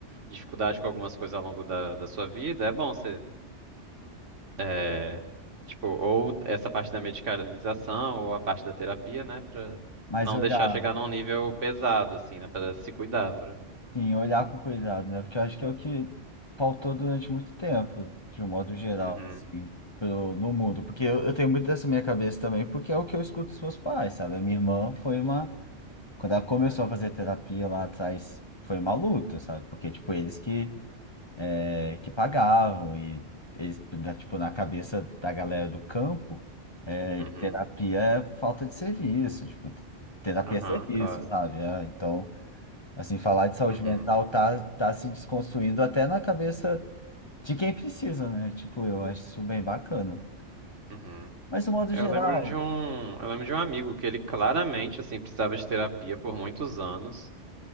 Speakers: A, on the right; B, on the left.
A: dificuldade com algumas coisas ao longo da, da sua vida, é bom você, é, tipo, ou essa parte da medicalização, ou a parte da terapia, né? Pra
B: mas
A: não
B: olhar,
A: deixar chegar num nível pesado, assim, né? Pra se cuidar, pra...
B: sim, olhar com cuidado, né? Porque eu acho que é o que faltou durante muito tempo, de um modo geral,
A: Uhum,
B: assim, do- no mundo. Porque eu, eu tenho muito dessa minha cabeça também, porque é o que eu escuto dos meus pais, sabe? A minha irmã foi uma. Quando ela começou a fazer terapia lá atrás, foi uma luta, sabe? Porque, tipo, eles que é, que pagavam e eles, né, tipo, na cabeça da galera do campo, é,
A: uhum.
B: terapia é falta de serviço, tipo, terapia
A: Aham,
B: é serviço,
A: claro.
B: sabe? É, então, assim, falar de saúde
A: Uhum,
B: mental tá, tá se desconstruindo até na cabeça de quem precisa, né? Tipo, eu acho isso bem bacana.
A: uhum.
B: Mas, no modo
A: Eu
B: geral...
A: lembro de um, eu lembro de um amigo que ele claramente, assim, precisava de terapia por muitos anos.